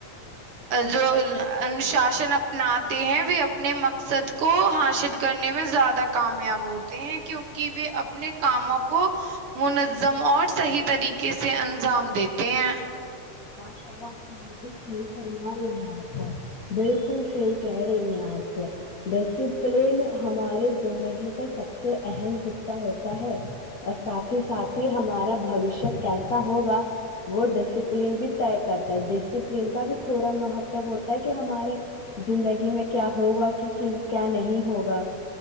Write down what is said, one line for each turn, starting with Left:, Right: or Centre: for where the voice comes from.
Right: جو انوشاسن اپناتے ہیں وہ اپنے مقصد کو حاصل کرنے میں زیادہ کامیاب ہوتے ہیں کیونکہ و اپنے کاموں کو منظم اور صحیح طریقے سے انجام دیتے ہیں
Left: شلہ بالکل صحیح فرما رہی ہیں آپ بالکل صحیح کہہ رہی ہیں آپ ڈسپلین ہمارے زندگی کا سب سے اہم حصہ ہوتا ہے اور ساتھ ہی ساتھ ہی ہمارا بوشیہ کیسا ہوگا وہ ڈ ل بھی طے کرتا ہے ڈسپلین کا بھی تھوڑا مہتب ہوتا ہے کہ ہمارے زندگی میں کیا ہوگا کہ کیا نہیں ہوگا